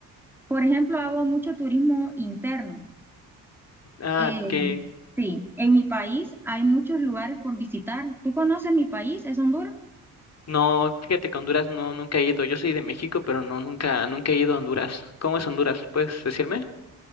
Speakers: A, in the centre; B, on the left.
A: Por ejemplo, hago mucho turismo interno.
B: Ah,
A: Eh,
B: que
A: sí, en mi país hay muchos lugares por visitar. ¿Tú conoces mi país? ¿Es Honduras?
B: no, fíjate que a Honduras no, nunca he ido. Yo soy de México, pero no, nunca, nunca he ido a Honduras. ¿Cómo es Honduras? ¿Puedes decirme?